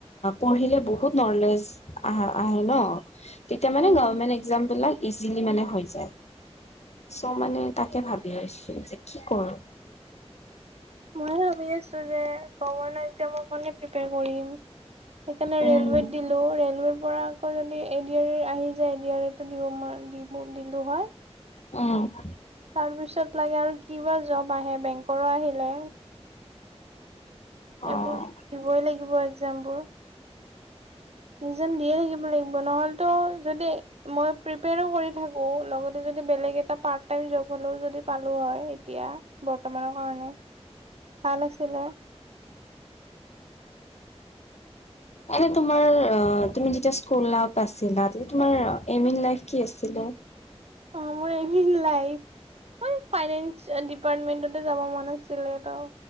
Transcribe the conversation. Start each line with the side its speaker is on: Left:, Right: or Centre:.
Left: পঢ়িলে বহুত নলেজ আহ আহে ন'। তেতিয়া মানে
Right: উম
Left: গভমেণ্ট একজাম বিলাক, ইজিলি মানে হৈ যায় চ' মানে তাকে ভাবি আহিছো যে কি কৰো।
Right: মই ভাবি আছো যে গগন। ৰেলৱেত
Left: উম
Right: দিলো, ৰেলৱেত পৰা আকৌ যদি এড আৰ ই আহি যায় এডি আৰি দিব দিলো হয়।
Left: অ'।
Right: তাৰ পিছত লাগে আৰু কিবা জব আহে বেংকৰো আহিলে।
Left: অ
Right: এইবোৰ দিবই লাগিব। বোৰ একজাম বোৰ। একজাম দিয়ে থাকিব লাগিব, ন'হলেতো মই পিপেয়াৰো কৰি থাকো বেলেগ এটা পাৰ্ট টাইম জবো পালো হয় এতিয়া বৰ্তমানৰ কাৰণে ভাল আছিলে।
Left: এনে তোমাৰ তুমি যেতিয়া স্কুল আছিলা, এইম ইন লাইফ কি আছিলে?
Right: অ' মোৰ aim in life finance department যাব মন আছিল ত'।